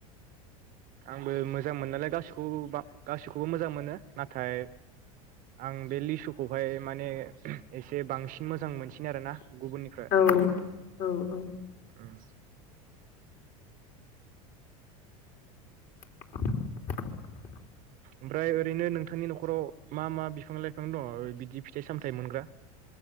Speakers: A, on the right; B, on the left.
A: आंबो मोजां मोननायालाय गासिखौबो खौ गासैखौबो मोजां मोनो नाथाइ आं बे लिसुखौहाय माने एसे बांसिन मोजां मोनसिनो आरो ना। गुबुननिफ्राय
B: औ औ औ
A: उम।
B: <unintelligible>
A: ओमफ्राय ओरैनो नोंथांनि नखराव मा मा बिफां लाइफां दंङ बिदि फिथाइ सामथाइ मोनग्रा